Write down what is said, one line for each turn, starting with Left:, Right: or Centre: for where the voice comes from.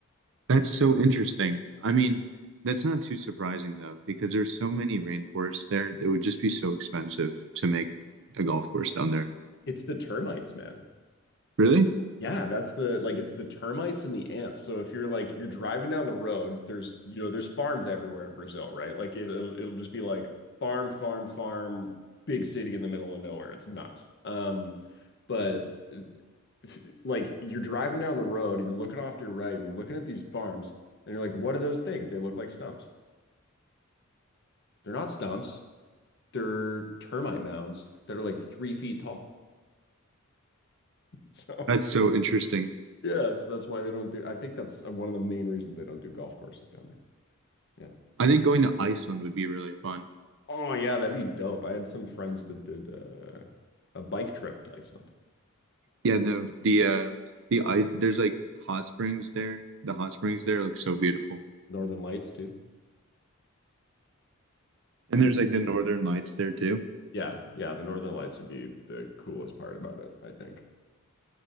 Right: That's so interesting. I mean, that's not too surprising though, because there's so many rainforests there. It would just be so expensive to make a golf course down there.
Left: It's the termites, man.
Right: Really?
Left: Yeah, that's the like it's the termites and the ants. So if you're like you're driving down the road, there's you know there's farms everywhere in Brazil, right? Like it'll it'll just be like farm, farm, farm, big city in the middle of nowhere. It's nuts. Um, but if- like you're driving down the road, you're looking off to your right, and you're looking at these farms, and you're like, what are those things? They look like stumps. They're not stumps. They're termite mounds that are like three feet tall. <laughs> So.
Right: That's so interesting.
Left: Yeah, it's, that's why they don't do. I think that's uh, one of the main reasons they don't do golf courses down there. Yeah.
Right: I think going to Iceland would be really fun.
Left: Oh yeah, that'd be dope. I had some friends that did uh, a bike trip to Iceland,
Right: Yeah, the the uh the I there's like hot springs there. The hot springs there look so beautiful.
Left: Northern Lights too.
Right: And
Left: And-
Right: there's like the northern lights there too.
Left: Yeah, yeah, the Northern Lights would be the coolest part about it, I think.